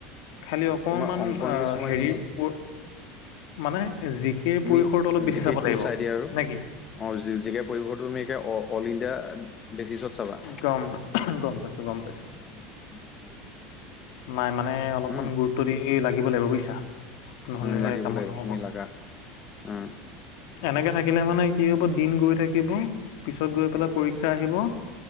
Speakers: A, on the left (about 70°); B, on the left (about 30°).
A: খালী অকণমান
B: তোমাৰ অংক ইংলিছ তোমাৰখিনি
A: হেৰি পৰ- মানে জিকিৰ
B: তুমি
A: পৰিসৰটো অলপ বেছি
B: জিকে
A: চাব
B: খিনি
A: লাগিব
B: চাই দিয়া আৰু
A: নেকি।
B: অ' জিকে পৰিৱেটো এতিয়া তুমি অল ইণ্ডিয়া বেচিছত চাবা।
A: গম গম পাইছো গম পাইছো।
B: <unintelligible>
A: নাই মানে অলপমান
B: হম
A: গুৰুত্ব দি লাগিব লাগিব বুজিছা? নহ'লে
B: উম লাগিব
A: কামত
B: লাগিব
A: নহ'ব!
B: তুমি লাগা উম
A: এনেকে থাকিলে মানে কি হ'ব দিন গৈ থাকিব! পিছত গৈ পেলাই পৰীক্ষা আহিব!